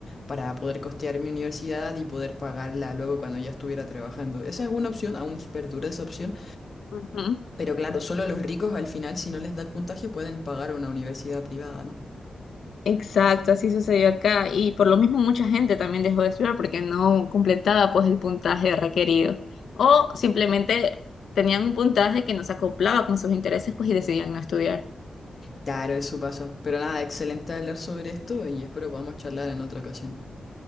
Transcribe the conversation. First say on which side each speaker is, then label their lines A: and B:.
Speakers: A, on the left (about 35°); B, on the left (about 80°).
A: para poder costear mi universidad y poder pagarla luego cuando ya estuviera trabajando. Esa es una opción, aún perdura esa opción.
B: Ujú.
A: Pero claro, solo los ricos al final, si no les da el puntaje, pueden pagar una universidad privada, ¿no?
B: Exacto, así sucedió acá y por lo mismo mucha gente también dejó de estudiar porque no completaba pues el puntaje requerido o simplemente tenían un puntaje que no se acoplaba con sus intereses pues y decidían no estudiar.
A: Claro, eso pasa. Pero nada, excelente hablar sobre esto y espero podamos charlar en otra ocasión.